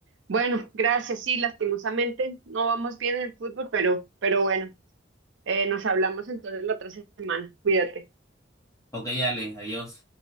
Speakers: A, on the right; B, on the left.
A: Bueno, gracias. Sí, lastimosamente no vamos bien en el fútbol, pero, pero bueno, eh, nos hablamos entonces la otra semana. Cuídate.
B: Ok, Ale, adiós.